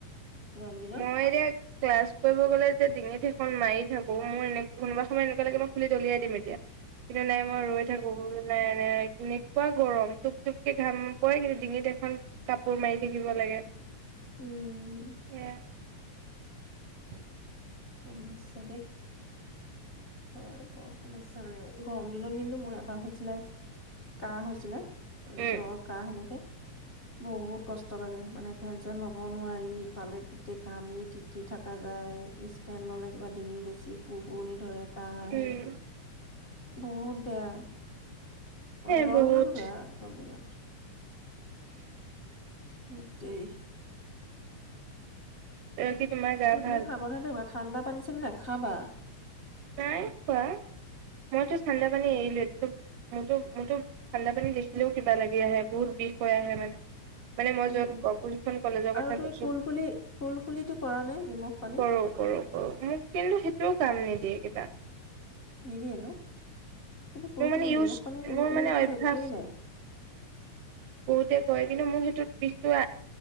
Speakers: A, on the left; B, on the right.
A: গৰম দিনত
B: মই এতিয়া ক্লাছ কৰিব গ'লে যে ডিঙি সোপা খন মাৰি থাকো মই এনে কোনোবা সময় এনেকা লাগে মই খুলি দলিয়াই দিম এতিয়া কিন্তু নাই মই ৰৈ থাকো বোলো নাই এ এইখিনি এুৱা গৰম টুপ টুপকে ঘাম পৰে কিন্তু ডিঙিত এখন কাপোৰ মাৰি থাকিব লাগে
A: উম
B: এ নাই
A: সমস্যা দেই হয় বৰ সমস্যা মানে গৰম দিনত কিন্তু মোৰ এবাৰ হৈছিলে কাহ হৈছিলে তাৰ
B: উম।
A: জ্বৰ কাহ সেনেকে বহুত কষ্ট লাগে মানে ফেন চেন ল'ব নোৱাৰি ইফালে গোটেই ঘামি তিতি থকা যায় ইচফেন ললে কিবা ডিঙি বেছি সুৰফুৰনি ধৰে। আহে
B: উম
A: বহুত বেয়া
B: সেই
A: জ্বৰ
B: বহুত
A: হ'লেও তো বেয়া গম দিনত <unintelligible> গোটেই
B: এক কি তোমাৰ গা
A: আৰু তুমি
B: ভাল
A: সাৱধানে থাকিবা ঠাণ্ডা পান চে নে নাই খাবা
B: নাই পোৱা। মইতো ঠাণ্ডা পানী এৰিলো এতি টো মোৰতো মইতো ঠাণ্ডা পানী দেখিলেও কিবা লাগি আহে বহুত বিষ হৈ আহে মানে? মানে মই
A: উম
B: যত
A: উম
B: কোন কখন কলেজৰ
A: আৰু
B: কথা
A: তুমি
B: কৈছো
A: কুলকুলি কুলকুলিটো কৰা নে নিমখ পানী
B: কৰো কৰো কৰো মোক কিন্তু সেইটো কাম নিদিয়ে। কেইটা
A: নিদিয়ে ন কিন্তু কুলকুলুলি
B: মোৰ মানে ইউজ
A: নিমখ পানী কুলকুলিৰ
B: মোৰ মানে
A: ওপৰত
B: অভ্যাস
A: একোৱেই নাই
B: বহুতে কয় কিন্তু মোৰ সেইটোত বিষটো